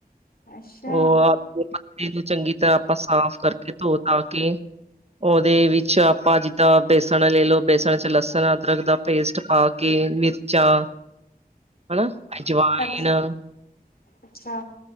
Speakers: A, on the left (about 70°); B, on the right (about 40°).
A: ਅੱਛਾ
B: ਉਹ ਆਪ ਪੱਤੇ ਨੂੰ ਚੰਗੀ ਤਰ੍ਹਾਂ ਆਪਾਂ ਸਾਫ਼ ਕਰਕੇ ਧੋ ਤਾ ਕੇ। ਉਹਦੇ ਵਿੱਚ ਆਪਾਂ ਜਿੱਦਾਂ ਬੇਸਣ ਲੈ ਲਓ ਬੇਸਣ ਚ ਲਸਣ ਅਦਰਕ ਦਾ ਪੇਸਟ ਪਾ ਕੇ ਮਿਰਚਾਂ ਹਨਾ ਅਜਵਾਇਨ
A: ਹਾਂਜੀ ਅੱਛਾ।